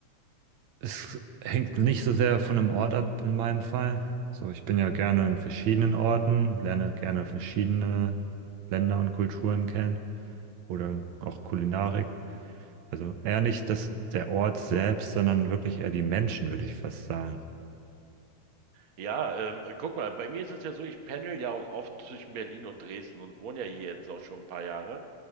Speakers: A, on the right; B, on the right.
A: es hängt nicht so sehr von einem Ort ab in meinem Fall. So, ich bin ja gerne in verschiedenen Orten, lerne gerne verschiedene Länder und Kulturen kennen. oder auch Kulinarik. Also eher nicht das, der Ort selbst, sondern wirklich eher die Menschen, würde ich fast sagen.
B: Ja, ähm, guck mal, bei mir ist es ja so, ich pendel ja auch oft zwischen Berlin und Dresden und wohne ja hier jetzt auch schon ein paar Jahre.